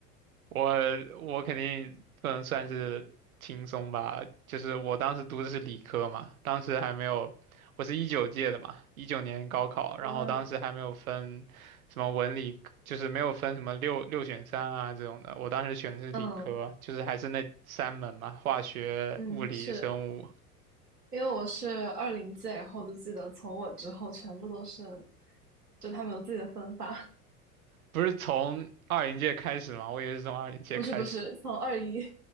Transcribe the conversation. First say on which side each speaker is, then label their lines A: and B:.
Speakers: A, on the right; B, on the right.
A: 我我肯定不能算是轻松吧，就是我当时读的是理科嘛，当时还没有，我是一九届的嘛，一九年高考，然后当时还没有分什么文理，
B: 啊，
A: 就是没有分什么六六选三啊这种的，我当时选的是理科，
B: 嗯
A: 就是还是那三门嘛，化学、
B: 嗯，
A: 物理、
B: 是
A: 生物，
B: 因为我是二零届，然后我就记得从我之后全部都是，就他们有自己的分法，
A: 不是从二零届开始嘛，我以为是从二零届开始
B: <laughs> 不是不是，从二一